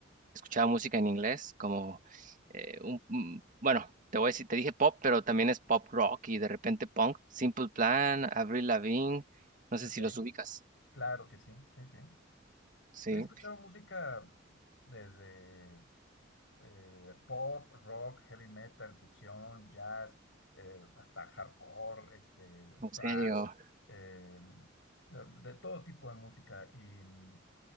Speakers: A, on the right (about 45°); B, on the left (about 75°).
A: Escuchaba música en inglés, como eh, un, mm, bueno, te voy a decir, te dije pop, pero también es pop rock y de repente punk. Simple Plan, Avril Lavigne, no sé
B: Ok,
A: si los ubicas.
B: claro que sí, sí, sí.
A: Sí,
B: He escuchado música desde eh, pop, rock, heavy metal, fusión, jazz, eh, hasta hardcore, este,
A: en
B: thrash,
A: serio,
B: eh, de, de todo tipo de música. Y, mm,